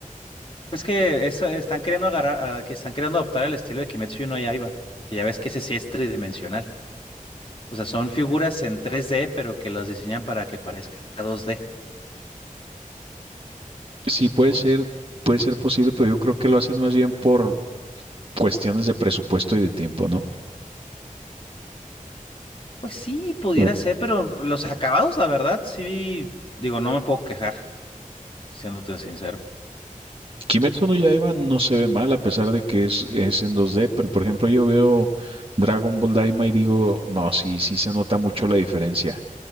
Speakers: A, on the left (about 40°); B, on the right (about 40°).
A: Es que eso- están queriendo agarrar, ah, que están queriendo adoptar el estilo de Kimetsu no Yaiba, que ya ves que ese sí es tridimensional. O sea, son figuras en 3D, pero que las diseñan para que parezca 2D.
B: Sí, puede ser, puede ser posible, pero yo creo que lo hacen más bien por cuestiones de presupuesto y de tiempo, ¿no?
A: Pues sí, pudiera
B: Mm.
A: ser, pero los acabados, la verdad, sí, digo, no me puedo quejar, siéndote sincero.
B: Kimetsu no Yaiba no se ve mal a pesar de que es, es en 2D, pero por ejemplo yo veo Dragon Ball Daima y digo, no, sí, sí se nota mucho la diferencia.